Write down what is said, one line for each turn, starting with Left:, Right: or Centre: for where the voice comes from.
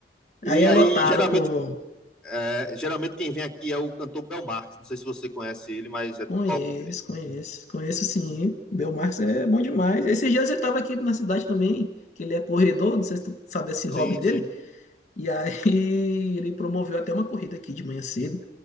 Centre: E
Left: aí é
Centre: aí,
Left: lotado,
Centre: geralmente,
Left: povo.
Centre: é, geralmente quem vem aqui é o cantor Bel Marx. Não sei se você conhece ele, mas é
Left: Conheço,
Centre: top, velho.
Left: conheço, conheço sim. Belmarx é bom demais. Esses dias ele tava aqui na cidade também, que ele é corredor, não sei se tu sabe esse
Centre: Sim,
Left: hobby dele.
Centre: sim.
Left: E aí <laughs> ele promoveu até uma corrida aqui de manhã cedo.